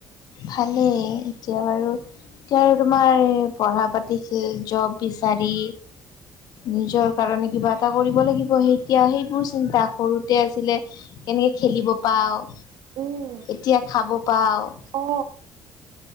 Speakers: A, on the left; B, on the right.
A: ভালেই এতিয়া বাৰু, এতিয়া আৰু তোমাৰ পঢ়া পাতি কেই জব বি চাৰি নিজৰ কাৰণে কিবা এটা কৰিব লাগিব, সেইতিয়া সেইবোৰ চিন্তা সৰুতে আছিলে। এনেই খেলিব পাও।
B: কথা উম
A: এতিয়া খাব পাওঁ।
B: অ